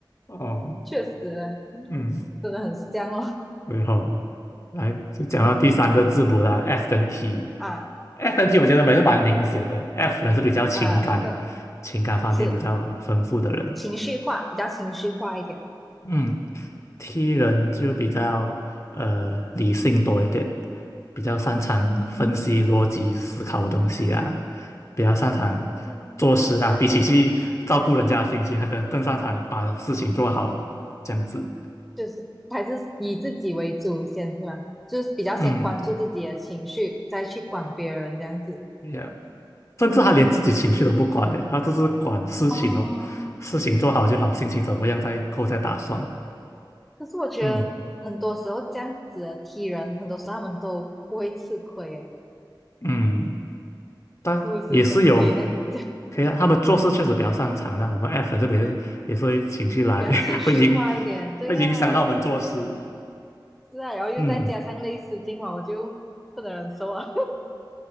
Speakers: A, on the left; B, in the centre.
A: <laughs> 哦，
B: 确实
A: 嗯。
B: 真的很香哦。
A: 最后来就讲到第三个字母啦，F 跟 T。
B: 啊
A: F 跟 T 我觉得还是蛮明显的，F 人是比较情感、
B: 啊，这个
A: 情感方面比较丰富的人
B: 是。情绪化，比较情绪化一点。
A: 嗯，T 人就比较呃理性多一点，比较擅长分析逻辑思考的东西啊，
B: 嗯，
A: 比较擅长做事啊，
B: 哦，
A: 比起去照顾人家的心情，他可能更擅长把事情做好这样子。
B: 就是还是以自己为主先是吗？就是比较先关注自己的情绪，
A: 嗯
B: 再去管别人这样子。
A: y e a h 甚至他连自己情绪都不管嘞，他就是管事情哦，
B: 哦，
A: 事情做好就好，心情怎么样再后再打算。
B: 可是我觉得很多时候这样子的
A: 嗯
B: T 人，很多时候他们都不会吃亏，诶，
A: 嗯，但也是有，
B: 是不是这样？可以这样子讲，
A: 可以啊，他们做事确实比较擅长的。我们 F 人这边也是会情绪来，
B: <laughs> 比较情绪化一点。
A: <laughs> 会影
B: 对呀、
A: 会影响到我们做事。
B: 是啊，然后又再加上类似今晚我就不能忍受啊。
A: 嗯，